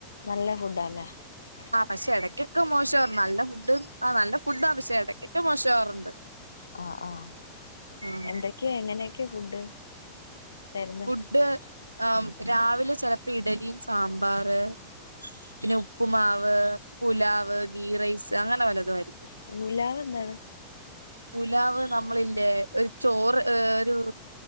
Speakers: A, on the left (about 75°); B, on the right (about 80°).
A: നല്ല ഫുഡാല്ലേ
B: ആ പക്ഷെ ഇടയ്ക്കൊക്കെ മോശവാറുണ്ട് നല്ല ഫുഡ് ആ നല്ല ഫുഡാ ആ പക്ഷെ ഇടക്കൊക്കെ മോശമാവാറുണ്ട്
A: ആഹ് ആഹ്
B: ഉം
A: എന്തൊക്കെയാ എങ്ങനെയൊക്കെയാ ഫുഡ് തരുന്നേ
B: ഫുഡ് ആ രാവിലെ ചെലപ്പോ ഇഡലിയും സാമ്പാറ്- പിന്നെ ഉപ്പുമാവ് പുലാവ് ഗീറൈസ് അങ്ങനെ വല്ലതുവായിരിക്കും
A: പുലാവ് എന്താണ്?
B: പുലാവ് നമ്മളില്ലേ ഒരു ചോറ് ഒരു-